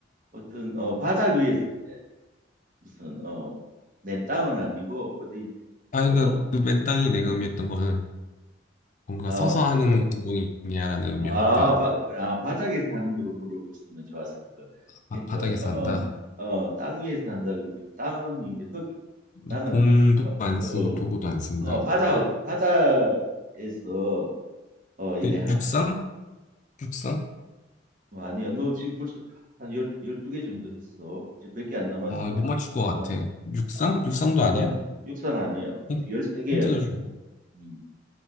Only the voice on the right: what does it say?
어떤 어, 바닥 위에서 해. 무슨 어, 맨 땅은 아니고 어디
어,
음,
아,
그래
아, 바, 아, 바닥에 서 하는 거를 물어봤으면 좋았을 걸.
그러니까
어,
어, 땅 위에 서 한다 그러니까 땅은 이제 흙
나는
흙,
어,
어, 바닥 바닥에서 어, 이래
하는
거. 어, 아니야. 너 지금 벌써 한 열, 12개 정도 했어. 이제 몇 개 안 남았어.
어.
아, 힌트
줄까?
육상 아니야. 열
13개야
그럼.
음.